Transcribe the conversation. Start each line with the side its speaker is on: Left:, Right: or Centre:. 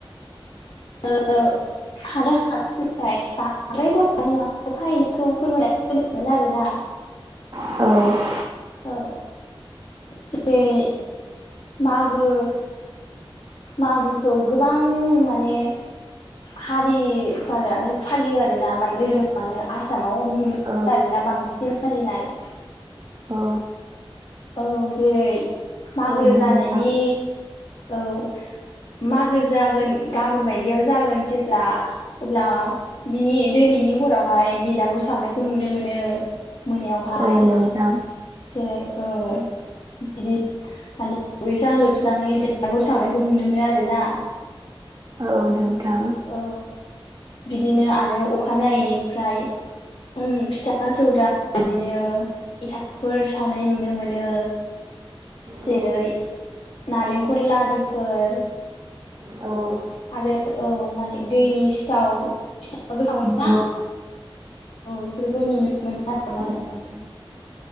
Left: औ। <unintelligible> ओमफ्राय बांद्रायबो हानाय नङा <unintelligible> फोरमायनानै होगोन आरोना
Right: औ।
Left: औ जेरै मागो मागोखौ गोबां माने हारिफोरानो फालियो आरोना माने धोरोमानो आसामाव नु
Right: औ
Left: आरोना बांसिन फालिनाय
Right: औ।
Left: औ जेरै मागो
Right: औ नोंथां
Left: जानायनि औ मागो जागोन गाबोन बायदियाव जागोन जेब्ला अब्ला बिनि दिनैनि हरावहाय बेलागुर सावनायखौ नुनो मोनो। मोनायावहाय
Right: औ नोंथां
Left: जेरै औ बिदि खालि दुगैस्रां-लोबस्राङै बेलागुर सावनायखौ नुनो मोनो आरोना।
Right: औ नोंथां।
Left: औ बिदिनो आरो अखानायैैनिफ्राय उम फिथा सौरा बिदिनो एनथाबफोर साव मोनो जेरै
Right: औ
Left: नालेंखल लादुफोर
Right: औ।
Left: आरो औ माने दैनि सिथाव फिथाबो सावो ना।
Right: औ
Left: औ बेफोरखौ नुनो मोनो आरो माने।
Right: नोंथां